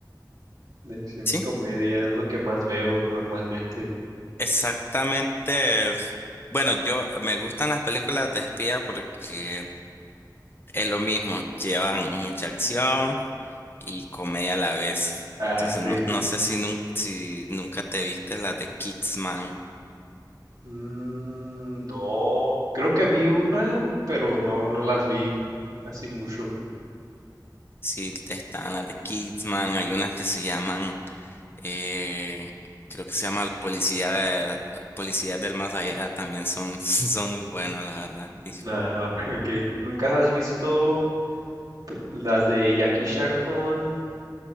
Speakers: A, on the right; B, on the left.
A: de acción
B: Sí,
A: y comedia es lo que más veo normalmente.
B: exactamente. Bueno, yo me gustan las películas de espía porque es lo mismo, llevan mucha acción y comedia a la vez.
A: Ah,
B: Entonces,
A: sí.
B: no, no sé si, nun- si nunca te viste las de Kingsman.
A: Mm, no, creo que vi una, pero no, no las vi así mucho.
B: Sí, están las de Kidman, hay unas que se llaman, eh, creo que se llama El Policía de, Policía del Más Allá, también son, <laughs> son muy buenas, la verdad. Y
A: Ah, <laughs> ok. ¿Nunca has visto? P- Las de Jackie Chan con,